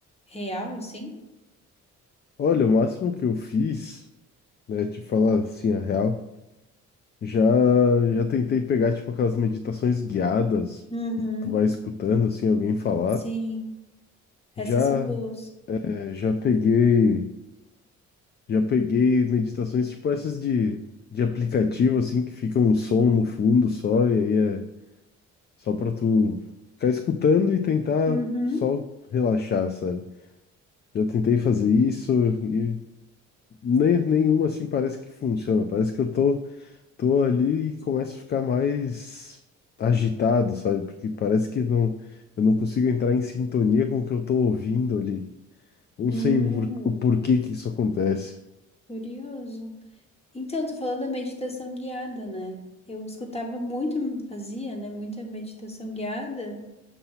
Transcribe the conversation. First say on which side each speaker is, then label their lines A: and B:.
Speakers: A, on the left; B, on the left.
A: Real, assim?
B: Olha, o máximo que eu fiz, né, te falar assim a real. Já, já tentei pegar, tipo, aquelas meditações guiadas
A: Uhum.
B: que tu vai escutando, assim, alguém falar.
A: Sim,
B: Já,
A: essas são boas.
B: é, já peguei, já peguei meditações, tipo, essas de, de aplicativo, assim, que fica um som no fundo só, e aí é só pra tu ficar escutando e tentar
A: Uhum.
B: só relaxar, sabe? Já tentei fazer isso e nem, nenhuma, assim, parece que funciona. Parece que eu tô tô ali e começo a ficar mais agitado, sabe? Porque parece que não, eu não consigo entrar em sintonia com o que eu tô ouvindo ali. Não
A: Hum.
B: sei por- o porquê que isso acontece.
A: Curioso. Então, tu falou da meditação guiada, né? Eu escutava muito, fazia, né? Muita meditação guiada